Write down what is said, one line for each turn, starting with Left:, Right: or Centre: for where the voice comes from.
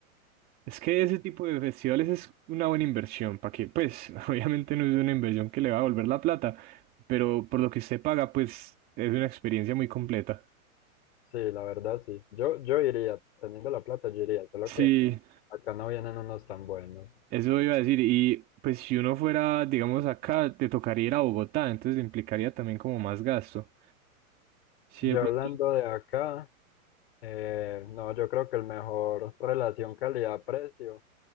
Right: Es que ese tipo de festivales es una buena inversión, ¿para que Pues <laughs> obviamente no es una inversión que le va a volver la plata, pero por lo que usted paga, pues es una experiencia muy completa.
Left: Sí, la verdad sí. Yo, yo iría, teniendo la plata, yo iría, solo
Right: Sí,
Left: que acá no vienen unos tan buenos.
Right: Eso iba a decir, y pues si uno fuera, digamos, acá, te tocaría ir a Bogotá, entonces implicaría también como más gasto. Sí,
Left: Yo
Right: de pronto.
Left: hablando de acá, eh, no, yo creo que el mejor relación calidad-precio